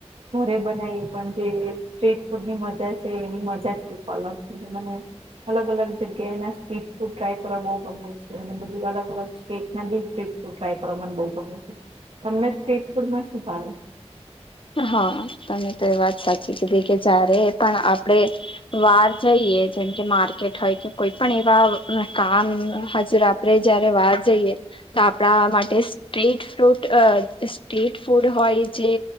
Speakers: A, on the right (about 60°); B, on the left (about 50°).
A: ઘરે બનાઈએ પણ જે સ્ટ્રીટ ફૂડની મજા છે એની મજા જ કંઈક અલગ છે મને અલગ અલગ જગ્યાના સ્ટીટફૂડ ટ્રાય કરવા બહુ ગમે છે અને બધું અલગ અલગ સ્ટેટના બી સ્ટ્રીટ ફૂડ ફ્રાય કરવા મને બહુ ગમે છે, તમને સ્ટ્રીટ ફૂડ માં શું ભાવે?
B: હા તમે તો એ વાત સાચી કીધી કે જયારે પણ આપડે બાર જઈએ જેમ કે માર્કેટ હોય કે કોઈ પણ એવા કામ હજર આપડે જયારે વાર જઈએ તો આપણા માટે સ્ટ્રીટફ્રૂટ, સ્ટ્રીટફૂડ હોય જે